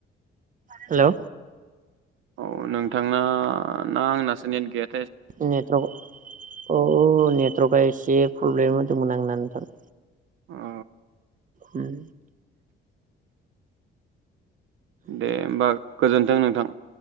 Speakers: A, on the right (about 40°); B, on the right (about 80°).
A: hello.
B: औ नोंथांना ना आंनासो नेट गैया
A: नेट्रवार्क औ नेट्रवार्कआ एसे प्रब्लेम होदोंमोन आंना नोंथां।
B: औ
A: उम
B: दे होमबा गोजोन्थों नोंथां।